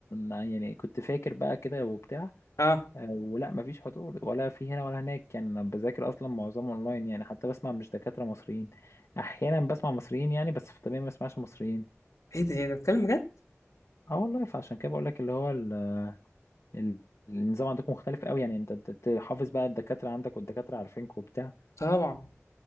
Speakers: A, on the left; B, on the left.
A: يعني كنت فاكر بقى كده وبتاع
B: اه
A: آه، ولا مفيش حضور ولا في هنا ولا هناك كان يعني بذاكر اصلا معظمه اونلاين يعني حتى بسمع مش دكاترة مصريين احيانا بسمع مصريين يعني بس في الطبيعي ما بسمعش مصريين
B: ايه ده ايه ده بتتكلم بجد
A: اه والله فعشان كده بقول لك اللي هو ال... ال- النظام عندكم مختلف قوي يعني انت أنت تحافظ بقى الدكاترة عندك والدكاترة عارفينك وبتاع
B: طبعا